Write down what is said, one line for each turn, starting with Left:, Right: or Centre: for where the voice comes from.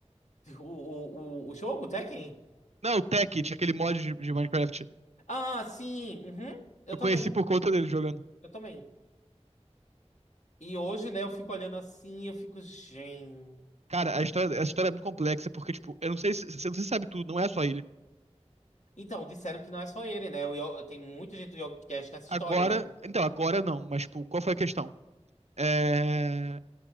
Left: O, o, o, o jogo, o Tekken?
Right: Não, o Tekkit, aquele mod de, de Minecraft.
Left: Ah, sim. uhum, Eu
Right: Eu
Left: também.
Right: conheci por conta dele jogando.
Left: Eu também. E hoje, né, eu fico olhando assim, eu fico, gente.
Right: Cara, a história, essa história é muito complexa, porque, tipo, eu não sei se você sabe tudo, não é só ele.
Left: Então, disseram que não é só ele, né? Eu, eu, tem muita gente do Yogcast nessa
Right: Agora,
Left: história, né?
Right: então, agora não, mas, tipo, qual foi a questão? É,